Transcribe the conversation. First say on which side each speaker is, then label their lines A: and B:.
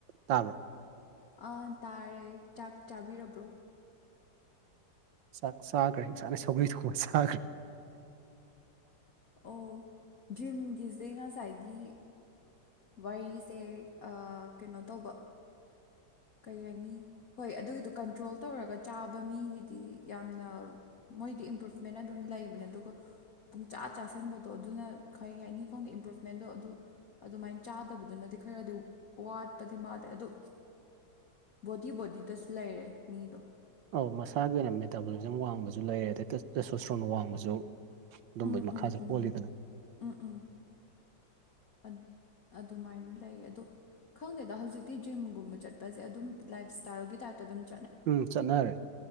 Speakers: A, on the right; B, on the left.
A: ꯇꯥꯕ꯭ꯔꯥ
B: ꯑꯥ ꯇꯥꯔꯦ ꯆꯥꯛ ꯆꯥꯕꯤꯔꯕ꯭ꯔꯣ
A: ꯆꯥꯛ ꯆꯥꯈ꯭ꯔꯦ ꯉꯁꯥꯏꯅ ꯁꯧꯒ꯭ꯔꯤ ꯊꯣꯡꯕ ꯆꯥꯈ꯭ꯔꯦ
B: ꯑꯣ ꯖꯤꯝꯒꯤꯖꯤ ꯉꯁꯥꯏꯒꯤ ꯋꯥꯔꯤꯁꯦ ꯀꯩꯅꯣ ꯇꯧꯕ ꯀꯔꯤ ꯍꯥꯏꯅꯤ ꯍꯣꯏ ꯑꯗꯨꯒꯤꯗꯨꯣ ꯀꯟꯇ꯭ꯔꯣꯜ ꯇꯧꯔꯒ ꯆꯥꯕ ꯃꯤꯒꯤꯗꯤ ꯌꯥꯝꯅ ꯃꯣꯏꯗꯤ ꯏꯝꯄ꯭ꯔꯨꯚꯃꯦꯟ ꯑꯗꯨꯝ ꯂꯩꯕꯅꯦ ꯑꯗꯨꯒ ꯄꯨꯡ ꯆꯥ ꯆꯥꯥꯁꯟꯕꯗꯣ ꯑꯗꯨꯅ ꯀꯩ ꯍꯥꯏꯅꯤ ꯈꯪꯗꯦ ꯏꯝꯄ꯭ꯔꯨꯚꯃꯦꯟꯗꯣ ꯑꯗꯨ ꯑꯗꯨꯃꯥꯏꯅ ꯆꯥꯗꯕꯗꯨꯅꯗꯤ ꯈꯔꯗꯤ ꯋꯥꯠꯄꯗꯤ ꯃꯥꯜꯂꯦ ꯑꯗꯣ ꯕꯣꯗꯤ ꯕꯣꯗꯤꯗꯁꯨ ꯂꯩꯔꯦ ꯃꯤꯗꯣ
A: ꯑꯧ ꯃꯁꯥꯒꯤ ꯑꯣꯏꯅ ꯃꯦꯇꯥꯕꯣꯂꯤꯖꯝ ꯋꯥꯡꯕꯁꯨ ꯂꯩꯔꯦ ꯑꯗꯩ ꯁꯣꯁꯇ꯭ꯔꯣꯟꯅ ꯋꯥꯡꯕꯁꯨ ꯑꯗꯨꯝꯕꯩ
B: ꯎꯝ
A: ꯃꯈꯥꯁꯨ
B: ꯎꯝ ꯎꯝ
A: ꯄꯣꯜꯂꯤꯗꯅ꯫
B: ꯎꯝ ꯎꯝ ꯑꯗꯨꯃꯥꯏꯅ ꯂꯩ ꯑꯗꯣ꯫ ꯈꯪꯗꯦꯗ ꯍꯧꯖꯤꯛꯇꯤ ꯖꯤꯝꯒꯨꯝꯕ ꯆꯠꯄꯁꯦ ꯑꯗꯨꯝ ꯂꯥꯏꯞꯁ꯭ꯇꯥꯏꯜꯒꯤ ꯇꯥꯏꯞꯇ ꯑꯗꯨꯝ ꯆꯠꯅꯩ꯫
A: ꯎꯝ ꯆꯠꯅꯔꯦ꯫